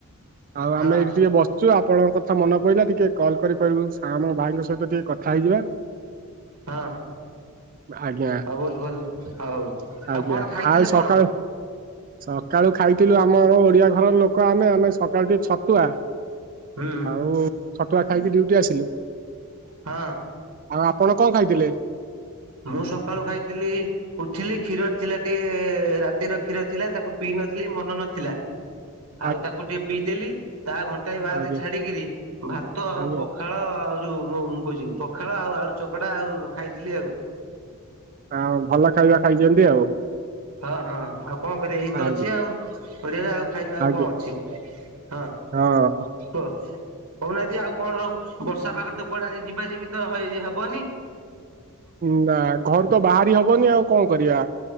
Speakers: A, on the right (about 40°); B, on the right (about 70°).
A: ଆଉ
B: ହଁ
A: ଆମେ ଏଇଠି ଟିକେ ବସି ସେଇଠୁ ଆପଣଙ୍କ କଥା ମନେପଇଲା, ଟିକେ କଲ୍ କରିପାରିବୁ ସା ମୋ ଭାଇଙ୍କ ସହିତ ଟିକେ କଥା ହେଇଯିବା।
B: ହଁ
A: ଆଜ୍ଞା
B: ହଉ ବହୁତ ଭଲ ହଉ,
A: ଆଜ୍ଞା
B: ଆଉ କଣ ଖାଇଥିଲେ
A: ଆଉ ସକାଳୁ
B: କଣ?
A: ସକାଳୁ ଖାଇଥିଲୁ ଆମର ଓଡିଆ ଘରର ଲୋକ ଆମେ ଆମେ ସକାଳୁ ଟିକେ ଛତୁଆ,
B: ହୁଁ
A: ଆ ଛତୁଆ ଖାଇକି ଡିଉଟି ଆସିଲି।
B: ହଁ।
A: ଆଉ ଆପଣ କଣ ଖାଇଥିଲେ?
B: ମୁଁ ସକାଳୁ ଖାଇଥିଲି ଉଠିଲି କ୍ଷୀର ଥିଲା ଟିକେ ରାତିର କ୍ଷୀର ଥିଲା ତାକୁ ପିଇ ନଥିଲି ମନେନଥିଲା
A: <inaudible>
B: ଆଉ ତାକୁ ଟିକେ ପିଇଦେଲି, ତା ଘଣ୍ଟାଏ ବାଦ
A: ଆଜ୍ଞା
B: ଛାଡିକିରି ଭାତ ଆଉ
A: ଆଜ୍ଞା
B: ପଖା ପଖାଳ ଆଉ ଯୋଉ ମୁଁ, ମୁଁ କହୁଛି ପଖାଳ ଆଉ ଆଳୁ ଚକଟା ଆଉ ଖାଇଥିଲି ଆଉ।
A: ହଁ ଭଲ ଖାଇବା ଖାଇଛନ୍ତି ଆଉ।
B: ହଁ ହଁ, ଆଉ କଣ କରିବା ଏଇ ତ
A: ଆଜ୍ଞା
B: ଅଛି ଆଉ ପରିବା, ଆଉ ଖାଇବା ଆଉ
A: ଆଜ୍ଞା
B: କଣ ଅଛି? ହଁ
A: ହଁ
B: କୁହ ହଉନାହାନ୍ତି ଆଉ କଣ ବର୍ଷା ପାଗରେ ତ କୁଆଡେ ଆଜି ଯିବା ଯିବି ତ ହବନି
A: ନା ଘରୁତ ବାହାରି ହବନି ଆଉ କଣ କରିବା?